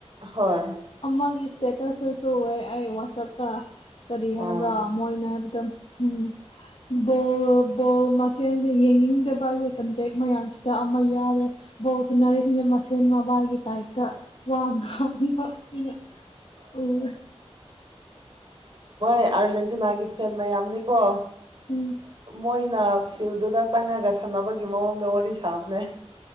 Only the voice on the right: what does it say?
ꯍꯣꯏ
ꯑꯥ
ꯍꯣꯏ ꯑꯥꯔꯖꯦꯟꯇꯤꯅꯥꯒꯤ ꯐꯦꯟ ꯃꯌꯥꯝꯅꯤꯀꯣ
ꯃꯣꯏꯅ ꯐꯤꯜꯗꯨꯗ ꯆꯪꯉꯒ ꯁꯥꯟꯅꯕꯒꯤ ꯃꯑꯣꯡꯗ ꯋꯥꯔꯤ ꯁꯥꯕꯅꯦ